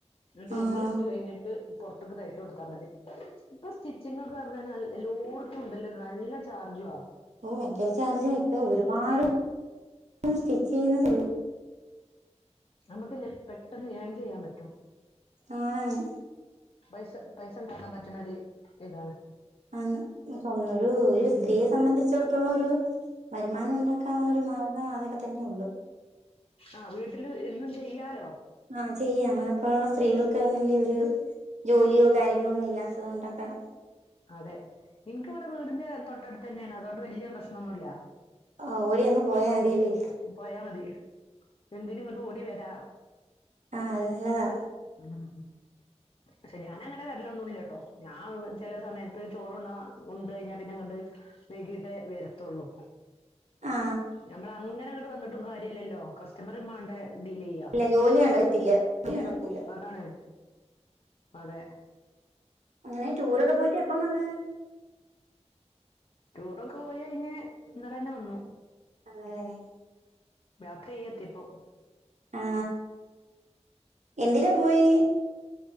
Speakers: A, on the left (about 50°); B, on the right (about 80°).
A: ന്ന്ട്ട്
B: ആ
A: ഞമ്മള് ഇട്ട് കഴിഞ്ഞിട്ട് പുറത്ത്ക്ക് തയ്ച്ച കൊട്ത്താ മതി. ഇപ്പൊ സ്റ്റിച്ചിങ്ങോക്കെർഞ്ഞാല് എലോട്ത്തും ഉണ്ടല്ലോത് നല്ല ചാർജുആ
B: ഓ ഭയങ്കര ചാർജാ ഇപ്പ ഒരുപാട് സ്റ്റിച്ച് ചെയ്യുന്ന <unintelligible>
A: അമ്മക്ക്ല്ലെ പെട്ടെന്ന് ഏൺ ചെയ്യാൻ പറ്റും.
B: ആണാണ്
A: പൈസ പൈസണ്ടാക്കാൻ പറ്റുണോര് ഇതാണ്.
B: ആന്ന് ന്ന്ട്ടൊന്നൊരു ഒരു
A: ഉം
B: സ്ത്രീയെ സംബന്ധിച്ചിടത്തോളൊരു വരുമാനം ഉണ്ടാക്കാൻ ക്കാൻ ഉള്ളൊരു മാർഗം അതൊക്കെ തന്നെ ഒള്ളു
A: ആ വീട്ടില് ഇര്ന്നും ചെയ്യാലോ.
B: ആ ചെയ്യാം മ്മളെപ്പോലുള്ള സ്ത്രീകൾക്ക് തന്നെയല്ലെ ഒരു ജോലിയോ കാര്യങ്ങളോന്നും ഇല്ലാത്തതൊണ്ടൊക്കെ
A: അതെ ഇൻക്ക് ഇവ്ടെ വീടിന്റെ തൊട്ടടുത്തെന്നെണ് അതൊണ്ട് വല്ല്യാ പ്രശ്നൊന്നുല്ല.
B: ഓ ഓടിയങ്ങ് പോയാ മതിയല്ലേ
A: പോയാ മതി എന്തിനും ഇങ്ങട്ട് ഓടി വര
B: ആ അത് നല്ലതാ
A: ഉം പഷെ ഞാൻ അങ്ങനെ വരലോന്നുംല്ലട്ടോ ഞ്ഞാവ് ചെല സമയത്ത് ചോറുണ്ണ ഉണ്ട് കഴിഞ്ഞാ പിന്നെ ഇങ്ങട്ട് വൈകിട്ടേ വെരത്തൊള്ളൂ.
B: ആ
A: ഞമ്മളങ്ങനെങ്ങട്ട് വന്ന്ട്ടും കാര്യല്ലല്ലോ കസ്റ്റമറിം മാണ്ടെ ഡീലെയ്യ
B: ജോലിയണ്ടകത്തില്ല കൂലി നടക്കൂല
A: അതാണ് അതെ
B: അങ്ങനെ ടൂറൊക്കെ പോയിട്ട് എപ്പം വന്ന്?
A: ടൂറൊക്കെ പോയി യഴ്ഞ്ഞ് ഇന്നലെന്നെ വന്നു
B: ആണല്ലേ
A: രാത്രിയായി എത്തിയപ്പോ
B: ആ എന്തിലാ പോയി?